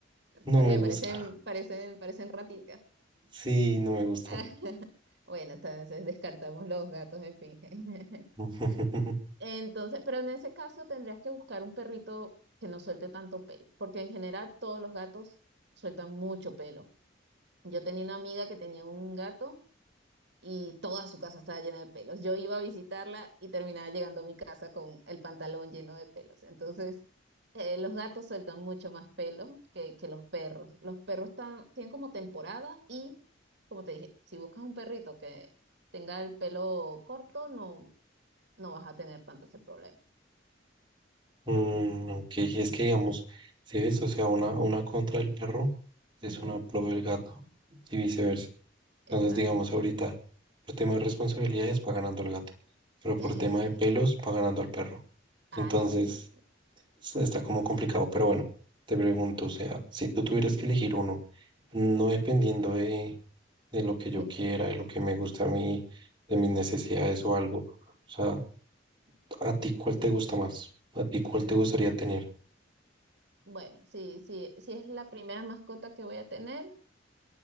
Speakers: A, on the right (about 25°); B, on the right (about 60°).
A: no
B: porque
A: me gusta,
B: parecen, parecen, parecen ratitas.
A: sí, no me gusta.
B: <laughs> Bueno, entonces descartamos los gatos esfinge. <laughs>
A: <laughs>
B: Entonces, pero en ese caso tendrías que buscar un perrito que no suelte tanto pelo, porque en general todos los gatos sueltan mucho pelo. Yo tenía una amiga que tenía un gato y toda su casa estaba llena de pelos. Yo iba a visitarla y terminaba llegando a mi casa con el pantalón lleno de pelos. Entonces, eh, los gatos sueltan mucho más pelo que, que los perros. Los perros tan- tienen como temporada y, como te dije, si buscas un perrito que tenga el pelo corto, no, no vas a tener tanto ese problema.
A: Mm, ok, es que digamos, si ves, o sea, una, una contra el perro es
B: Ujú,
A: una pro del gato y viceversa. Entonces,
B: Exacto.
A: digamos, ahorita, por tema de responsabilidades va ganando el gato, pero por
B: <laughs>
A: tema de pelos va ganando el perro.
B: Ay,
A: Entonces,
B: sí, sí,
A: es- está como complicado, pero bueno, te pregunto, o sea, si tú tuvieras que elegir uno, no dependiendo de, de lo que yo
B: de
A: quiera,
B: pelos.
A: de lo que me gusta a mí, de mis necesidades o algo, o sea, ¿a ti cuál te gusta más? ¿A ti cuál te gustaría tener?
B: Bueno, sí, sí, si es la primera mascota que voy a tener,